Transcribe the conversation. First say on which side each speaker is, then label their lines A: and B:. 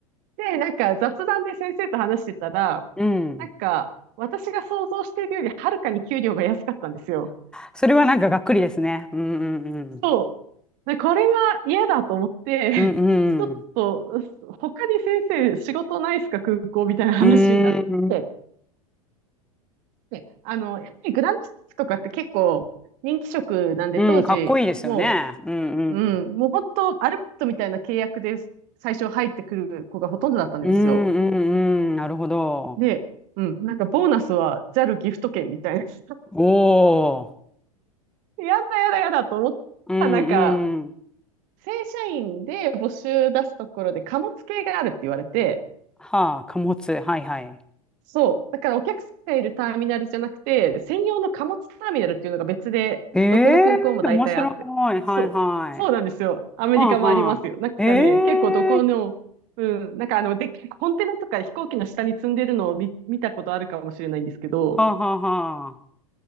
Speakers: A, on the right; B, in the centre.
A: で、なんか雑談で先生と話してたら、
B: うん。
A: なんか、私が想像しているよりはるかに給料が安かったんですよ。
B: それはなんかがっくりですね。うんうんうん。
A: そう。で、これは嫌だと思って、
B: うん
A: <laughs> ちょっと、
B: うん。
A: 他に先生仕事ないですか、空港みたいな話になって、
B: うーん。
A: で、あの、やっぱりグランツとかって結構人気職なんで、
B: うん、
A: 当時、
B: かっこいいですよね。
A: も
B: うんうん。
A: うん、もう本当、アルバイトみたいな契約で最初入ってくる子がほとんどだったんですよ。
B: うんうんうん。なるほど。
A: で、うん、なんかボーナスはジャルギフト券みたいな。<laughs>
B: おー。
A: やだやだやだと思ったら、
B: うんうん。
A: なんか、正社員で募集出すところで貨物系があるって言われて、
B: はあ、貨物。はいはい。
A: そう。だからお客さんがいるターミナルじゃなくて、専用の貨物ターミナルっていうのが別で、
B: ええー、
A: どこの空港も大体あって。
B: 面白い。はいはい。
A: そう。
B: は
A: そうなんですよ。アメリカもありますよ。
B: あはあ。
A: なんかね、
B: ええー。
A: 結構どこの、うん、なんかあの、でっかいコンテナとか飛行機の下に積んでるのを見、見たことあるかもしれないんですけど、
B: はあはあはあ。